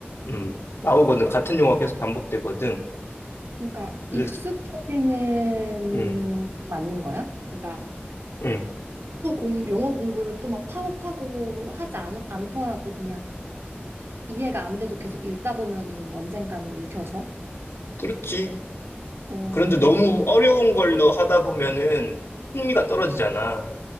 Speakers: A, on the left; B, on the right.
A: 음, 나오거든. 같은 용어가 계속 반복되거든.
B: 그러니까
A: 그래서,
B: 익숙해지는
A: 음,
B: 맞는 거야? 그러니까
A: 음.
B: 또 공, 영어 공부를 또 막 파고파고 하지 않, 않더라도 그냥 이해가 안 돼도 계속 읽다 보면은 언젠가는 읽혀져.
A: 그렇지.
B: 어,
A: 그런데 너무 어려운 걸로 하다 보면은 흥미가 떨어지잖아.